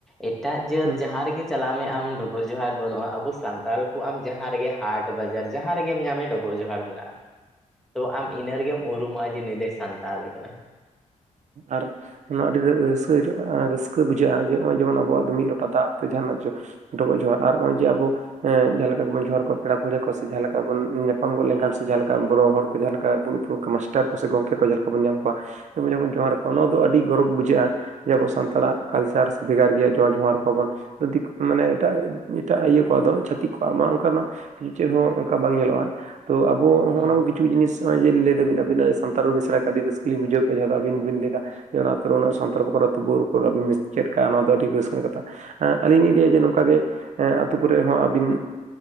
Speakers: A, in the centre; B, on the right.
A: ᱮᱴᱟᱜ ᱡᱟᱹᱛ
B: ᱦᱩᱸ
A: ᱡᱟᱦᱟᱸ ᱨᱮᱜᱮ ᱪᱟᱞᱟᱜ ᱢᱮ ᱟᱢ ᱰᱚᱵᱚᱜ ᱡᱚᱦᱟᱨ ᱵᱟᱹᱱᱩᱜᱼᱟ ᱟᱵᱚ ᱥᱟᱱᱛᱟᱲ ᱟᱢ ᱡᱟᱦᱟᱸ ᱨᱮᱜᱮ ᱦᱟᱴ ᱵᱟᱡᱟᱨ ᱡᱟᱦᱟᱸ ᱨᱮᱜᱮᱢ ᱧᱟᱢᱮ ᱰᱚᱵᱚᱜ ᱡᱚᱦᱟᱨ ᱢᱮᱱᱟᱜᱼᱟ᱾ ᱛᱚ ᱟᱢ ᱤᱱᱟᱹ ᱨᱮᱜᱮᱢ ᱩᱨᱩᱢᱚᱜᱼᱟ ᱡᱮ ᱱᱩᱭ ᱫᱚᱭ ᱥᱟᱱᱛᱟᱞ ᱠᱟᱱᱟ᱾
B: ᱟᱨ ᱱᱚᱣᱟ ᱟᱹᱰᱤ ᱨᱟᱹᱥᱠᱟᱹ ᱨᱟᱹᱥᱠᱟᱹ ᱵᱩᱡᱷᱟᱹᱜᱼᱟ ᱡᱮ ᱦᱚᱸᱜᱼᱚᱭ ᱡᱮᱢᱚᱱ ᱟᱵᱚᱣᱟᱜ ᱫᱚ ᱢᱤᱫ ᱞᱚᱴᱟ ᱫᱟᱜ ᱛᱮ ᱡᱟᱦᱟᱱᱟᱜ ᱪᱚ ᱰᱚᱵᱚᱜ ᱡᱚᱦᱟᱨ ᱟᱨ ᱦᱚᱸᱜᱼᱚᱭ ᱡᱮ ᱟᱵᱚ ᱦᱮᱸ ᱡᱟᱦᱟᱸ ᱞᱮᱠᱟ ᱜᱮᱵᱚᱱ ᱡᱚᱦᱟᱨ ᱟᱠᱚᱣᱟ ᱯᱮᱲᱟ ᱯᱟᱹᱲᱦᱟᱹ ᱠᱚ ᱥᱮ ᱡᱟᱦᱟᱸ ᱞᱮᱠᱟ ᱵᱚᱱ ᱧᱟᱯᱟᱢ ᱜᱚᱫ ᱞᱮᱱᱠᱷᱟᱱ ᱥᱮ ᱡᱟᱦᱟᱸ ᱞᱮᱠᱟ ᱵᱚᱲᱚ ᱦᱚᱲ ᱠᱚ ᱡᱟᱦᱟᱸᱞᱮ ᱞᱮᱠᱟ ᱫᱩᱲᱩᱵ ᱢᱟᱥᱴᱟᱨ ᱠᱚ ᱥᱮ ᱜᱚᱢᱠᱮ ᱠᱚ ᱡᱟᱦᱟᱸ ᱞᱮᱠᱟ ᱵᱚᱱ ᱧᱟᱢ ᱠᱚᱣᱟ ᱚᱸᱰᱮ ᱵᱚᱱ ᱡᱚᱦᱟᱨ ᱟᱠᱚᱣᱟ ᱱᱚᱣᱟ ᱫᱚ ᱟᱹᱰᱤ ᱜᱚᱨᱚᱵᱽ ᱵᱩᱡᱷᱟᱹᱜᱼᱟ᱾ ᱡᱮ ᱟᱵᱚ ᱥᱟᱱᱛᱟᱲᱼᱟᱜ ᱠᱟᱞᱪᱟᱨ ᱥᱮ ᱵᱷᱮᱜᱟᱨ ᱜᱮᱭᱟ ᱡᱚᱦᱟᱨ ᱡᱚᱦᱟᱨ ᱠᱚᱵᱚᱱ ᱢᱟᱱᱮ ᱮᱴᱟᱜ ᱮᱴᱟᱜ ᱤᱭᱟᱹ ᱠᱚᱣᱟᱜ ᱫᱚ ᱪᱷᱟᱹᱛᱤᱠ ᱠᱚᱣᱟᱜ ᱢᱟ ᱚᱝᱠᱟ ᱢᱟ ᱪᱮᱫᱦᱚᱸ ᱚᱝᱠᱟ ᱵᱟᱝ ᱧᱮᱞᱚᱜᱼᱟ ᱛᱚ ᱟᱵᱚ ᱦᱚᱸᱜᱼᱚ
A: ᱦᱮᱸ
B: ᱱᱚᱣᱟ ᱠᱤᱪᱷᱩ ᱡᱤᱱᱤᱥ ᱡᱮ ᱞᱟᱹᱭ ᱫᱟᱵᱤᱱ ᱟᱵᱤᱱᱟᱜ ᱥᱟᱱᱛᱟᱲ ᱨᱚᱲ ᱵᱤᱱ ᱥᱮᱸᱬᱟ ᱠᱟᱫᱟ ᱟᱹᱰᱤ ᱨᱟᱹᱥᱟᱹ ᱞᱤᱧ ᱵᱩᱡᱷᱟᱹᱣ ᱡᱟᱦᱟᱸ ᱫᱚ ᱟᱹᱵᱤᱱ ᱵᱤᱱ ᱞᱟᱹᱭ ᱫᱟ ᱚᱱᱟ ᱟᱛᱳ ᱩᱱᱟᱹᱜ ᱥᱚᱱᱛᱚᱨ ᱠᱚ ᱛᱩᱵᱩ <unintelligible> ᱟᱹᱵᱤᱱ ᱪᱮᱫ ᱠᱟᱜᱼᱟ ᱱᱚᱣᱟ ᱫᱚ ᱟᱹᱰᱤ ᱨᱟᱹᱥᱠᱟᱹ ᱠᱟᱛᱷᱟ <unintelligible> ᱦᱮᱸ ᱟᱹᱞᱤᱧ ᱞᱤᱧ ᱞᱟᱹᱭᱟ ᱡᱮ ᱱᱚᱝᱠᱟ ᱜᱮ ᱟᱛᱳ ᱠᱚᱨᱮᱜ ᱦᱚᱸ ᱟᱹᱵᱤᱱ